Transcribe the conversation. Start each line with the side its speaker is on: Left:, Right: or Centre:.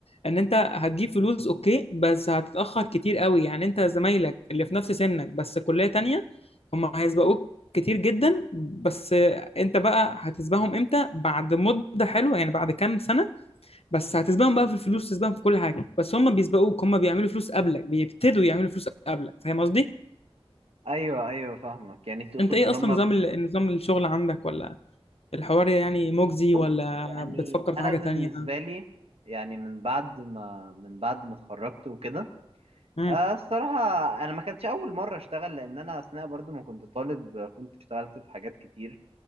Left: ان انت هتجيب فلوس اوكي بس هتتأخر كتير قوي يعني انت زمايلك اللي في نفس سنك بس كلية تانية هم هيسبقوك كتير جدا بس انت بقى هتسبقهم امتى بعد مدة حلوة يعني بعد كام سنة بس هتسبقهم بقى في الفلوس تسبقهم في كل حاجة بس هم بيسبقوك هم بيعملوا فلوس قبلك بيبتدوا يعملوا فلوس قبلك فاهم قصدي
Right: ايوه ايوه فاهمك يعني تقصد
Left: انت ايه
Right: لما
Left: اصلا نظام
Right: ب-
Left: ال- نظام الشغل عندك ولا الحوار يعني مجزي
Right: بص
Left: ولا
Right: يعني
Left: بتفكر
Right: انا
Left: في حاجة
Right: بالنسبة
Left: تانية
Right: لي يعني من بعد ما من بعد ما اتخرجت وكده
Left: امم
Right: آه الصراحة انا ما كانتش اول مرة اشتغل لان انا اثناء برضو ما كنت طالب آه، كنت اشتغلت في حاجات كتير